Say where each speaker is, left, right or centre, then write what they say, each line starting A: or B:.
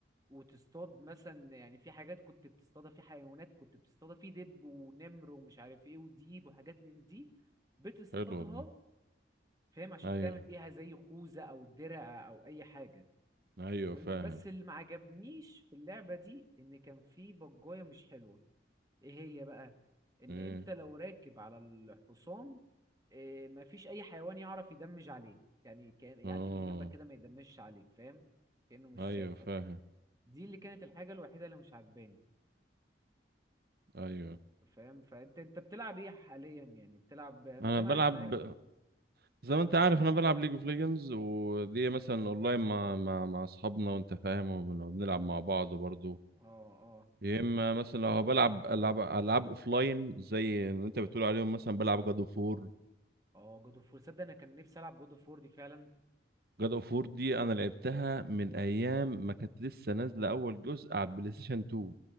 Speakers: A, on the right; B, on the right.
A: وتصطاد مثلا يعني في حاجات كنت بتصطادها في حيوانات كنت بتصطادها في دب ونمر ومش عارف ايه وديب وحاجات من دي بتصطادها
B: حلو والله
A: فاهم عشان
B: ايوه
A: تعمل بيها زي خوذة او درع او اي حاجة
B: ايوه
A: فاهمني
B: فاهم
A: بس اللي ما عجبنيش في اللعبة دي ان كان في بجاية مش حلوة ايه هي بقى ان
B: ايه
A: انت لو راكب على الحصان إيه مفيش اي حيوان يعرف يدمج عليك يعني كان يعدي
B: اه
A: من جنبك كده ما يدمجش عليك فاهم كأنه مش
B: ايوه
A: شايفك
B: فاهم
A: دي اللي كانت الحاجة الوحيدة اللي مش عجباني
B: ايوه
A: فاهم فانت انت بتلعب ايه حاليا يعني بتلعب انا
B: انا
A: سامع
B: بلعب
A: انا عارف
B: زي ما انت عارف انا بلعب ليج اوف ليجندز ودي مثلا اونلاين مع مع مع اصحابنا وانت فاهم وبنلعب مع بعض برضو
A: اه اه
B: يا اما مثلا لو بلعب العاب العاب اوفلاين زي اللي انت بتقول عليهم مثلا بلعب جاد اوف وور
A: اه جود اوف وور صدق انا كان نفسي العب جود اوف وور دي فعلا
B: جاد اوف وور دي انا لعبتها من ايام ما كانت لسه نازله اول جزء على البلاي ستيشن 2